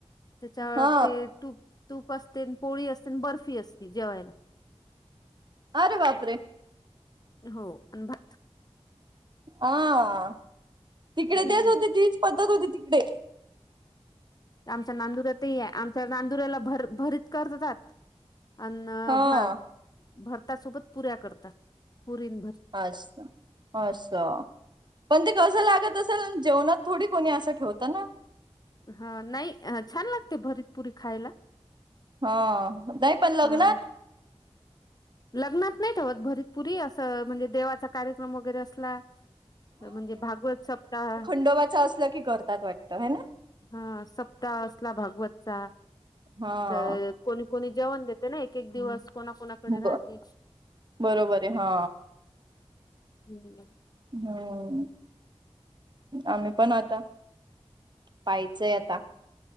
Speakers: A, on the left; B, on the right.
A: त्याच्यावर
B: हा
A: ते तूप तूप असतेन पोळी असते बर्फी असते जेवायला.
B: अरे बाप रे.
A: हो आण भा
B: हा तिकडे
A: हम्म
B: तेच होती तीच पद्धत होती तिकडे.
A: आमच्या नांदुर्यातही आहे आमच्या नांदुर्याला भर भरीत करतात. अन
B: हा
A: भात भरतासोबत पुऱ्या करतात पुरी अन भरत.
B: असं असं पण ते कसं लागत असेल जेवणात थोडी कोणी असं ठेवता न.
A: हा नाही ह छान लागते भरीत पुरी खायला.
B: हा नाही पण लग्नात.
A: हा लग्नात नाही ठेवत भरीत पुरी अस म्हणजे देवाच. कार्यक्रम वगैरे असला तर म्हणजे भागवत सप्ताह.
B: खंडोबाचं असं ल की करतात वाटतं हाय ना?
A: हा सप्ताह असला भागवतचा
B: हा
A: तर कोणी कोणी जेवण देत ते ना एक एक दिवस कोणा कोणाकडे
B: ब
A: राहते.
B: बरोबर आहे हा
A: हम्म.
B: हम्म. आम्ही पण आता पाहिचय आता.